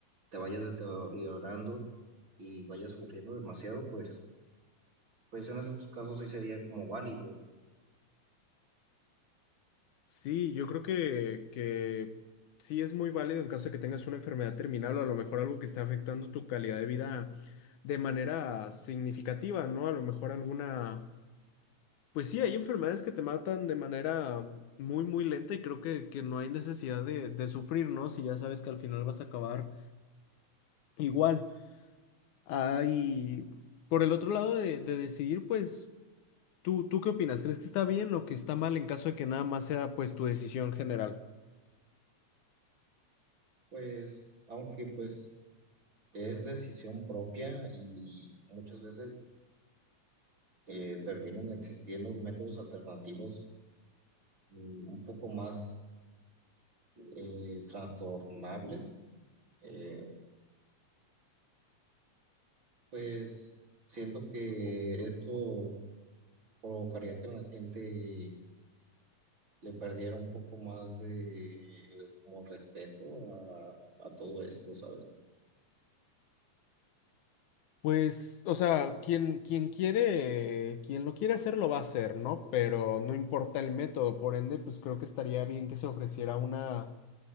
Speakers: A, on the right; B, on the left.
A: te vayas deteriorando y vayas sufriendo demasiado, pues, pues en esos casos sí sería como válido.
B: Sí, yo creo que, que sí es muy válido en caso de que tengas una enfermedad terminal o a lo mejor algo que esté afectando tu calidad de vida de manera significativa, ¿no? A lo mejor alguna... Pues sí, hay enfermedades que te matan de manera muy, muy lenta y creo que, que no hay necesidad de, de sufrir, ¿no? Si ya sabes que al final vas a acabar igual. Hay, por el otro lado de, de decidir, pues, ¿tú, tú qué opinas? ¿Crees que está bien o que está mal en caso de que nada más sea, pues, tu decisión general?
A: Pues, aunque pues es decisión propia y muchas veces eh, terminan existiendo métodos alternativos mm, un poco más eh, trastornables eh, Pues siento que esto provocaría que la gente le perdiera un poco más de como respeto a, a todo esto, ¿sabes?
B: Pues, o sea, quien, quien quiere, quien lo quiere hacer lo va a hacer, ¿no? Pero no importa el método, por ende, pues creo que estaría bien que se ofreciera una